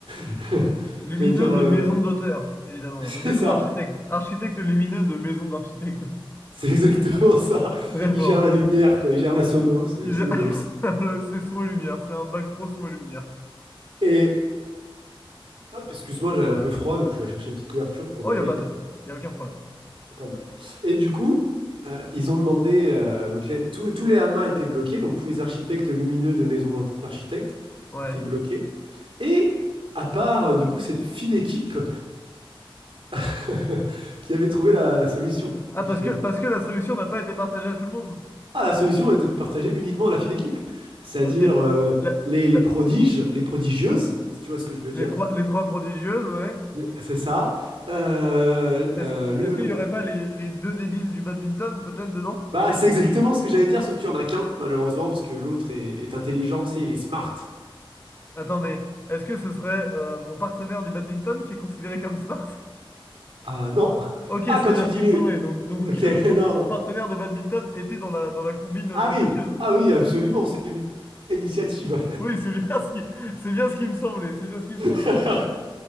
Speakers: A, on the right (about 70°); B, on the left (about 25°).
A: <laughs>
B: Lumineux
A: J'allais dire, euh,
B: de maison d'auteur, évidemment,
A: <laughs> c'est
B: de maison
A: ça,
B: d'architecte. Architecte lumineux de maison d'architecte.
A: c'est exactement ça.
B: <laughs> Très
A: Il
B: fort.
A: gère la lumière, quoi. Il gère la sono, c'est
B: Je-
A: c'est le boss.
B: <laughs> C'est son et lumière, c'est un bac pro son et lumière.
A: Et hop, excuse-moi, j'avais un peu froid, du coup je suis allé chercher une petite couverture pour
B: Oh,
A: mes
B: il
A: yep.
B: n'y a pas de... Il n'y a aucun problème.
A: Pas de mal. Et du coup, euh, ils ont demandé, euh, donc les- tous, tous les Alma étaient bloqués, donc tous les architectes lumineux de maisons d'architectes
B: Ouais.
A: étaient bloqués. Et à part, euh, du coup, cette fine équipe. <laughs> qui avait trouvé la, la solution
B: Ah,
A: au
B: parce
A: final.
B: que, parce que la solution n'a pas été partagée à tout le monde.
A: Ah, la solution était partagée uniquement à la fine équipe, c'est-à-dire
B: Ok.
A: euh,
B: La-
A: les,
B: la-
A: les prodiges, les prodigieuses, si tu vois ce que je veux
B: les
A: dire.
B: trois, les trois prodigieuses, ouais.
A: Les- C'est ça. Euh,
B: Est-ce,
A: euh,
B: que-
A: le...
B: est-ce qu'il n'y aurait pas les, les deux débiles du badminton, peut-être, dedans?
A: Bah, c'est exactement ce que j'allais dire, sauf qu'il y en a qu'un, malheureusement, parce que l'autre est, est intelligent, tu sais, il est smart.
B: Attends, mais est-ce que ce serait euh, mon partenaire du badminton qui est considéré comme smart?
A: Ah non.
B: Ok, c'est
A: Ah, quand
B: bien
A: tu
B: ce
A: dis
B: qui
A: le...
B: me semblait. Donc, donc,
A: Ok, <laughs>
B: euh, donc
A: non. non.
B: mon partenaire de badminton était dans la, dans la combine euh,
A: Ah
B: malicieuse.
A: oui, ah oui, absolument, c'est une initiative.
B: Oui, c'est bien <laughs> ce qui, c'est bien ce qui me semblait. C'est bien ce qui me semblait.
A: <laughs>